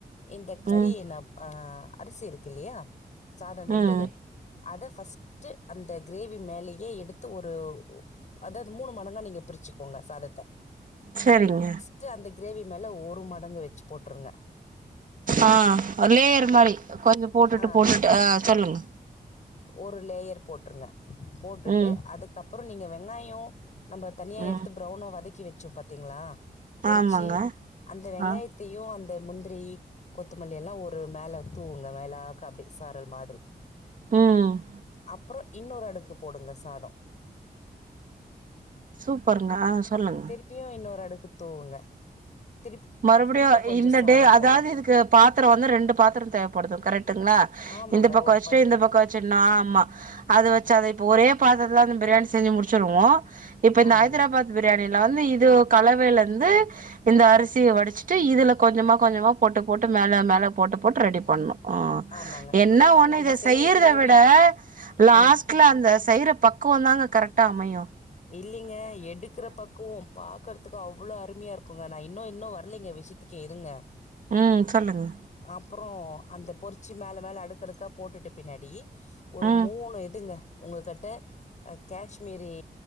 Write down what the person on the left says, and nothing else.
இந்த கறிய
ன்னா அ அரிசி இருக்கு இல்லயா சாதோ வெந்தது
அத ஃபஸ்ட்டு அந்த கிரேவி மேலயே எடுத்து ஒரு அதா அது மூணு மடங்கா நீங்க பிரிச்சுக்கோங்க சாதத்த
ட்டு அந்த கிரேவி மேல ஒரு மடங்கு வெச்சு போட்ருங்க
ஆ
ஒரு லேயர் போட்ருங்க போட்டுட்டு
அதுக்கப்றோ நீங்க வெங்காயோ நம்ம தனியா
எடுத்து ப்ரவுனா வதக்கி வெச்சோ பாத்தீங்ளா பொரிச்சி
அந்த வெங்காயத்
தியு அந்த முந்த்ரி கொத்தமல்லி எல்லா ஒரு மேல தூவுங்க மேலாக்க அப்டி சாரல் மாதிரி
அப்புற இன்னொரு அடுக்கு போடுங்க சாதோ
ப்யு இன்னொரு அடுக்கு தூவுங்க திருப்பி
இன்னும் கொஞ்சம்
சாதம்
போடுங்க
ஆமாங்க
ஓ
வடிக்கிறதுக்கு
ஆமாங்க
ஆமாங்க
இல்லைங்க
நம்ம
செய்கிற
கிரேவி
ம்
இல்லீங்க எடுக்குற பக்குவோம் பாக்கறதுக்கு அவ்ளோ அருமையாருக்குங்க நா இன்னு இன்னு வர்லைங்க விஷ்யத்துக்கே இருங்க
அப்றோ அந்த பொரிச்சு மேல மேல அடுக்கடுக்கா போட்டுட்டு பின்னாடி ஒரு
மூணு இதுங்க உங்க கட்ட காஷ்மீரி